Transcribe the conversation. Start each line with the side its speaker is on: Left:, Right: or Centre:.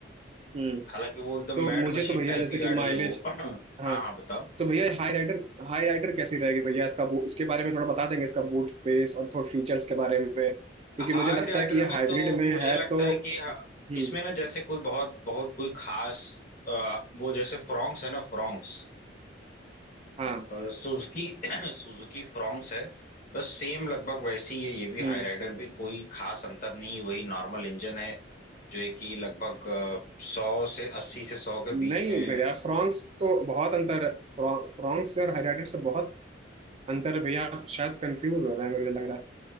Right: हम्म
Left: हालांकि वो एकदम
Right: तो
Left: मैड
Right: मुझे
Left: मशीन
Right: तो भैया
Left: टाइप
Right: जैसे
Left: की गाड़ी
Right: कि माइलेज
Left: है वो <coughs> <clears throat> हाँ
Right: हाँ
Left: हाँ बताओ
Right: तो भैया हाई राइडर हाई राइडर कैसी रहेगी भैया इसका बू- इसके बारे में थोड़ा बता देंगे इसका बूट स्पेस और थोड़ा फीचर्स के बारे में क्योंकि
Left: हाई
Right: मुझे लगता
Left: राइडर
Right: है कि ये
Left: में
Right: हाइब्रिड
Left: तो
Right: में
Left: मुझे
Right: है
Left: लगता
Right: तो
Left: है कि हाँ,
Right: हम्म
Left: इसमें ना जैसे कोई बहुत बहुत कोई खास अ, वो जैसे फ्रॉन्क्स है ना फ्रॉन्क्स
Right: हाँ
Left: सुजुकी सुजुकी फ्रॉन्क्स <clears throat> है बस सेम लगभग वैसी ही है ये भी
Right: हम्म
Left: हाई राइडर भी कोई खास अंतर नहीं है, वही नॉर्मल इंजन है जो है कि लगभग सौ से अस्सी से सौ के बीच
Right: नहीं
Left: में
Right: भैया फ्रॉन्क्स तो बहुत अंतर है फ्रॉ- फ्रॉन्क्स से और हाई राइडर से बहुत अंतर है भैया आप शायद कंफ्यूज हो रहे हैं मुझे लग रहा